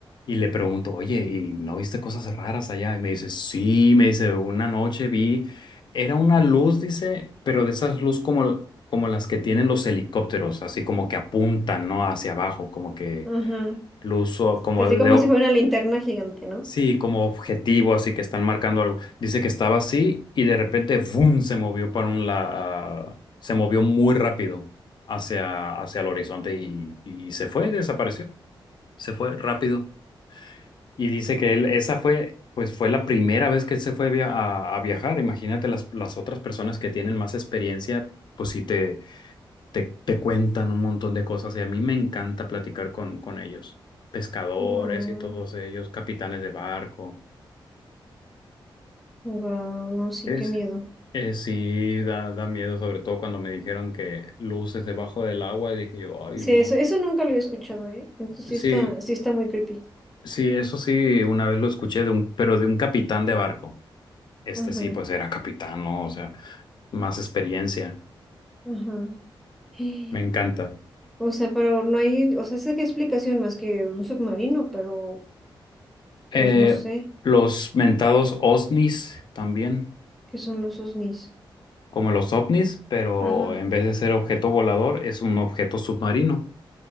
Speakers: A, on the left; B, in the centre.
A: y le pregunto, oye, ¿y no viste cosas raras allá? Y me dice, sí, me dice, una noche vi. Era una luz, dice, pero de esas luz como, como las que tienen los helicópteros, así como que apuntan, ¿no? Hacia abajo, como que
B: Ajá.
A: luz o- como
B: Así
A: de,
B: como
A: ob-
B: si fuera una linterna gigante, ¿no?
A: sí, como objetivo, así que están marcando algo. Dice que estaba así y de repente, ¡vum! se movió para un lado, se movió muy rápido hacia, hacia el horizonte y, y se fue, desapareció, se fue rápido. Y dice que él, esa fue, pues fue la primera vez que él se fue via- a, a viajar. Imagínate las, las otras personas que tienen más experiencia, pues sí te, te, te cuentan un montón de cosas. Y a mí me encanta platicar con, con ellos, pescadores
B: Wow,
A: y todos ellos, capitanes de barco.
B: wow, no, sí,
A: Es,
B: qué miedo.
A: es sí, da, da miedo, sobre todo cuando me dijeron que luces debajo del agua, y dije yo, ay,
B: Sí,
A: no.
B: eso, eso nunca lo he escuchado, ¿eh? Entonces sí
A: Sí,
B: está, sí está muy creepy.
A: sí, eso sí, una vez lo escuché de un, pero de un capitán de barco. Este
B: Ajá,
A: sí, pues era capitán, ¿no? O sea, más experiencia.
B: ajá. Eh,
A: Me encanta.
B: O sea, pero no hay, o sea, sé qué explicación más que un submarino, pero pues
A: Eh,
B: no sé
A: los mentados OSNIs también,
B: qué son los OSNIs.
A: como los OVNIs, pero
B: Ajá.
A: en vez de ser objeto volador, es un objeto submarino.